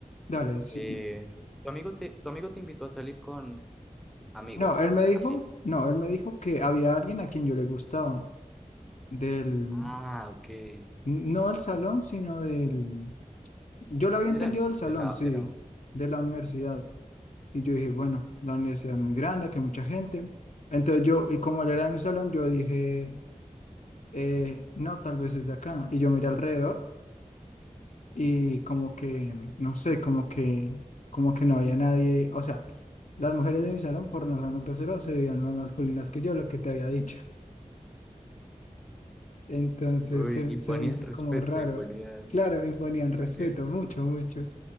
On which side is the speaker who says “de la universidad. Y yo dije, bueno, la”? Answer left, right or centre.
Left